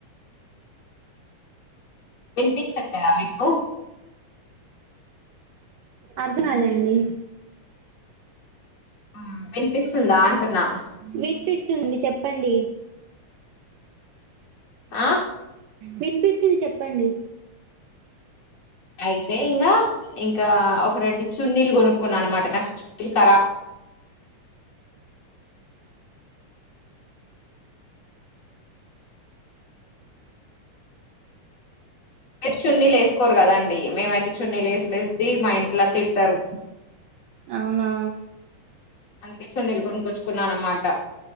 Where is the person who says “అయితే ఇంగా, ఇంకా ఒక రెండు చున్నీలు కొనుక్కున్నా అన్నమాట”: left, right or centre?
Left